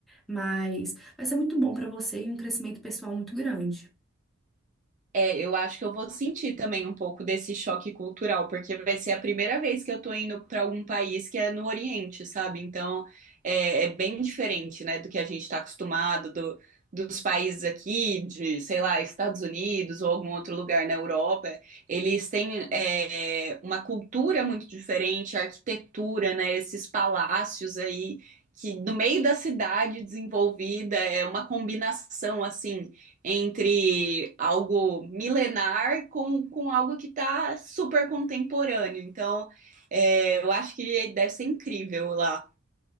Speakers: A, in the centre; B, on the right (about 35°).
A: Mas vai ser muito bom para você e um crescimento pessoal muito grande.
B: É, eu acho que eu vou sentir também um pouco desse choque cultural, porque vai ser a primeira vez que eu tô indo para algum país que é no Oriente, sabe? Então é, é bem diferente, né, do que a gente está acostumado, do- dos países aqui, de, sei lá, Estados Unidos ou algum outro lugar na Europa. Eles têm é, uma cultura muito diferente, a arquitetura, né, esses palácios aí. Que no meio da cidade desenvolvida é uma combinação assim entre algo milenar com, com algo que está super contemporâneo. Então, é, eu acho que deve ser incrível lá.